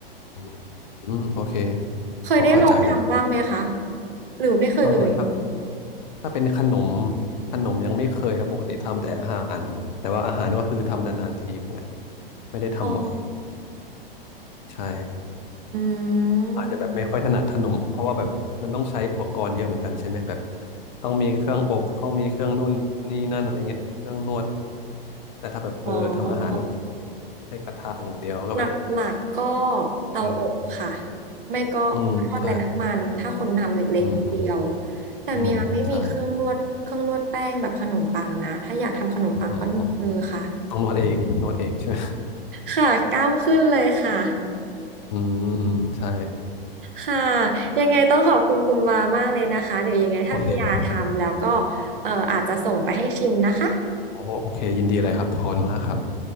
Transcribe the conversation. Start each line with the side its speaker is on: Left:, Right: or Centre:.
Left: อืมอืมโอเค
Right: เคยได้ลองทำบ้างไหมคะ
Left: พอเข้าใจแล้วครับ
Right: หรือไม่เคยเลย
Left: เออถ้าถ้าเป็นขนมขนมยังไม่เคยครับปกติทำแต่อาหารแต่ว่าอาหารก็คือทำนานๆทีเหมือนกันไม่ได้ทำบ่อย
Right: อ๋อ
Left: ใช่
Right: อื
Left: อาจจะแบบไม่ค่อยถนัดขนมเพราะว่าแบบมันต้องใช้อุปกรณ์เยอะเหมือนกันใช่ไหมแบบ
Right: ม
Left: ต้องมีเครื่องอบต้องมีเครื่องนู่นนี่นั่นอะไรเงี้ยเครื่องนวดแต่ถ้าแบบเออทำอาหารมัน
Right: อ๋อ
Left: ใช้กระทะอย่างเดียวก็แบบ
Right: หลักๆกก็เตาอบค่ะ
Left: เออ
Right: ไม่ก็ทอดไร้น้ำมันถ้าคนทำเล็กๆคนเดียว
Left: อืมใช่อืมอืม
Right: แต่เมียไม่มีเครื่องนวดเครื่องนวดแป้งแบบขนมปังนะถ้าอยากทำขนมปังก็นวดมือค่ะ
Left: อืมใช่อ๋อต้องนวดเองนวดเองใช่ไหม
Right: ค่ะกล้ามขึ้นเลยค่ะ
Left: อืมอืมใช่
Right: ค่ะยังไงต้องขอบคุณคุณวามากเลยนะคะ เดี๋ยวยังไงถ้ามียาทำแล้วก็
Left: โอเคครับ
Right: เอ่ออาจจะส่งไปให้ชิมนะคะ
Left: โอ้โอเคยินดีเลยครับขอบคุณมากครับ